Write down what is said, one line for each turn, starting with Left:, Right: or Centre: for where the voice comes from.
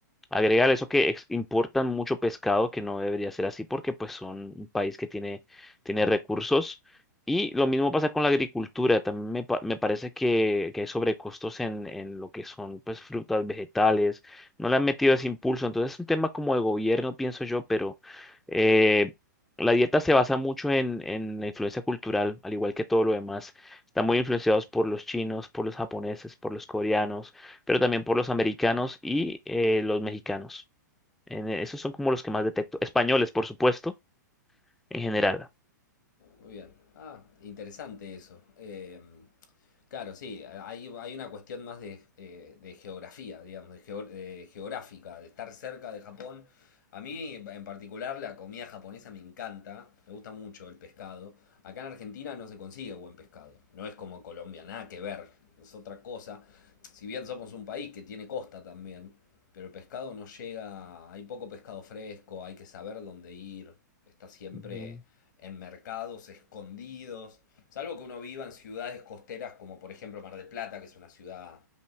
Centre: Agregar eso que ex- importan mucho pescado, que no debería ser así porque pues son un país que tiene, tiene recursos. Y lo mismo pasa con la agricultura. También me, pa- me parece que, que hay sobrecostos en, en lo que son pues frutas, vegetales. No le han metido ese impulso. Entonces es un tema como de gobierno, pienso yo, pero eh, la dieta se basa mucho en, en la influencia cultural, al igual que todo lo demás. Están muy influenciados por los chinos, por los japoneses, por los coreanos pero también por los americanos y eh, los mexicanos. En- eh, esos son como los que más detecto. Españoles, por supuesto, en general.
Left: Muy bien. Ah, interesante eso. Em, claro, sí, hay, hay una cuestión más de, eh, de geografía, digamos, de, geo- de geográfica, de estar cerca de Japón. A mí, en particular, la comida japonesa me encanta, me gusta mucho el pescado. Acá en Argentina no se consigue buen pescado, no es como Colombia, nada que ver, es otra cosa. Si bien somos un país que tiene costa también, pero el pescado no llega, hay poco pescado fresco, hay que saber dónde ir, está siempre
Centre: Ujú,
Left: en mercados escondidos, salvo que uno viva en ciudades costeras como por ejemplo Mar del Plata, que es una ciudad